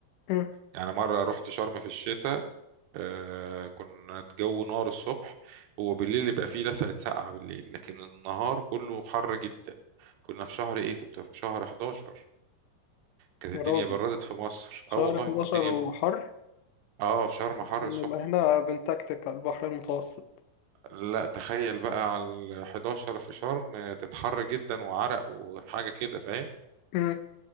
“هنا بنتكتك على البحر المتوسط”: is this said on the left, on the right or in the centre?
Left